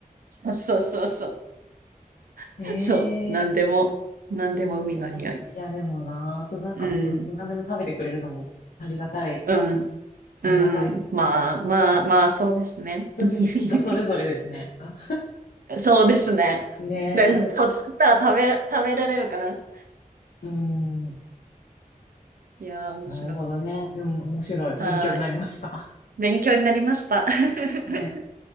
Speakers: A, on the right; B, on the left.
A: そうそうそうそう。
B: ええ
A: <laughs> そう、なんでも、なんでも海の匂い。
B: そうなんだ。いや、でもな、そう、なんか、
A: うん、
B: そう、そう、何でも食べてくれるのもありがたい、
A: うん、
B: ありがたいですね。
A: うん。まあ、まあ、
B: 本
A: まあ、そうですね。
B: 当に人それぞれですね。
A: <laughs>
B: あ
A: そうですね。
B: ね
A: で、お作ったら食べ、食べられるかな。
B: え、うん、
A: いやー、面白い。
B: なるほどね。うん、面白い。
A: はい。
B: 勉強になりました。
A: 勉強になりました。<laughs>
B: ね。